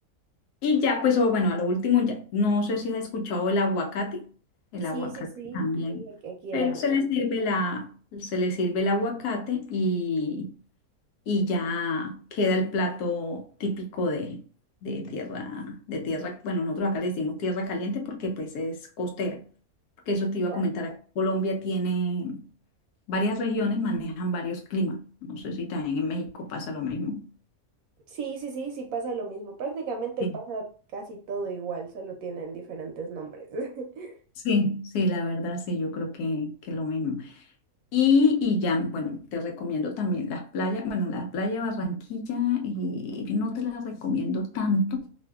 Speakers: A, on the left (about 85°); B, on the right (about 70°).
A: Y ya, pues, o bueno, a lo último, ya, no sé si has escuchado el aguacate, el
B: Sí,
A: aguacate
B: sí, sí.
A: también,
B: y aquí, aquí
A: pero
B: el aguacate.
A: se le sirve la, se le sirve el aguacate y, y ya queda el plato típico de, de tierra, de tierra, bueno, nosotros acá le decimos tierra caliente porque pues es costera, porque eso te iba
B: Ya.
A: a comentar, acá Colombia tiene varias regiones, manejan varios climas, no sé si también en México pasa lo mismo.
B: Sí, sí, sí, sí pasa lo mismo. Prácticamente
A: Sí,
B: pasa casi todo igual, solo tienen diferentes nombres. <laughs>
A: sí, sí, la verdad, sí, yo creo que, que lo mismo. Y, y ya, bueno, te recomiendo también las playas, bueno, la playa de Barranquilla, y no te la recomiendo tanto